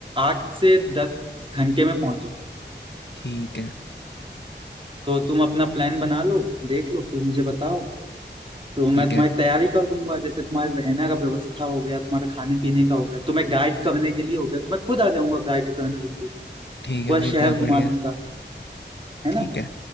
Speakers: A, on the right; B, on the left.
A: आठ से दस घंटे में पहुंच जाओगे
B: ठीक है
A: तो तुम अपना प्लान बना लो देख लो फिर मुझे बताओ तो
B: ठीक
A: मैं तुम्हारी
B: है
A: तैयारी कर दूंगा जैसे तुम्हारे रहने का व्यवस्था हो गया तुम्हारे खाने पीने का हो गया तुम्हें गाइड करने के लिए हो गया तो मैं खुद आ जाऊंगा गाइड करने तुमको
B: ठीक
A: पूरा
B: है भाई
A: शहर
B: बहुत
A: घुमा
B: बढ़िया
A: दूंगा है
B: ठीक
A: ना
B: है